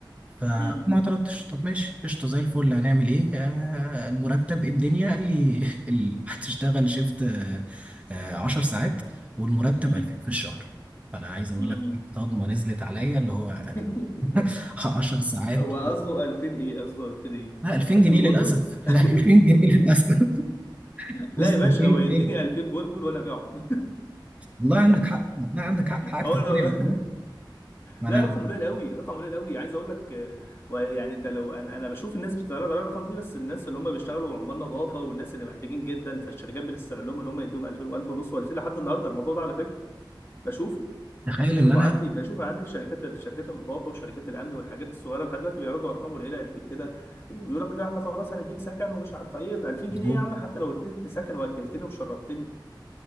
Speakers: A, on the right; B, on the left.
A: فما
B: مم.
A: اعترضتش طب ماشي قشطه زي الفل هنعمل ايه آه المرتب إيه الدنيا قال لي <laughs> ال- هتشتغل شيفت آه آه 10 ساعات والمرتب
B: مم.
A: 2000 في الشهر فانا عايز اقول
B: مم.
A: لك إيه، صدمه نزلت عليا اللي هو آه،
B: <laughs>
A: <laughs> 10 ساعات
B: هو قصده 2000 ايه؟ قصده 2000 ايه؟
A: لا 2000
B: 2000
A: جنيه للاسف
B: بلبل؟
A: <laughs>
B: <laughs>
A: لا 2000 جنيه للاسف <laughs>
B: لا
A: بص
B: يا باشا
A: 2000
B: هو يديني
A: جنيه
B: 2000 بلبل وانا ابيعهم
A: والله عندك حق والله عندك حق حقك
B: اه
A: تتكلم
B: لو <laughs>
A: والله. انا
B: لا رقم قليل قوي رقم قليل قوي عايز اقول لك آه، ويعني ده لو انا أنا بشوف الناس بتتعرض على الارقام دي بس الناس اللي هم بيشتغلوا عمال نظافه والناس اللي محتاجين جدا فالشركات بتستغلهم ان هم يدوهم 2000 و1000 ونص و2000 لحد النهارده الموضوع ده على فكره بشوفه
A: تخيل
B: بشوفه
A: ان
B: عندي بشوفه عندي في شركات في شركات النظافه وشركات الامن والحاجات الصغيره لحد دلوقتي بيعرضوا ارقام قليله قد كده وبيقول لك لا احنا خلاص هنديك سكن ومش عارف ايه ده 2000 جنيه
A: انا
B: يا عم حتى لو اديتني سكن واكلتني وشربتني